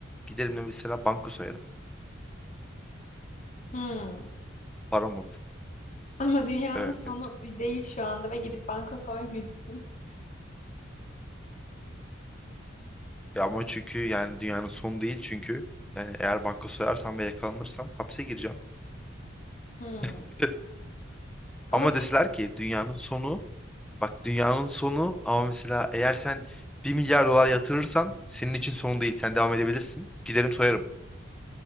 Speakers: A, in the centre; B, on the left.
A: giderim de mesela banka soyarım.
B: Hmm.
A: Param olur.
B: Ama dünyanın
A: Evet.
B: sonu değil şu anda ve gidip banka soymuyorsun.
A: Ya ama çünkü yani dünyanın sonu değil çünkü yani eğer banka soyarsam ve yakalanırsam hapse gireceğim.
B: Hmm.
A: <laughs>
B: Ama
A: Ama deseler ki dünyanın sonu bak dünyanın sonu ama mesela eğer sen bir milyar dolar yatırırsan senin için son değil. Sen devam edebilirsin. Giderim soyarım.